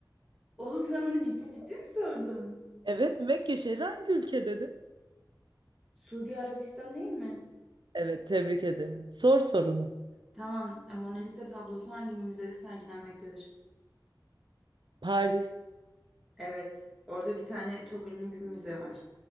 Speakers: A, in the centre; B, on the right.
A: Oğlum sen onu ciddi ciddi mi sordun?
B: Evet Mekke şehri hangi ülkededir?
A: Suudi Arabistan değil mi?
B: Evet tebrik ederim. Sor sorunu.
A: Tamam. e, Mona Lisa tablosu hangi müzede sergilenmektedir?
B: Paris.
A: Evet. Orada bir tane çok ünlü bir müze var.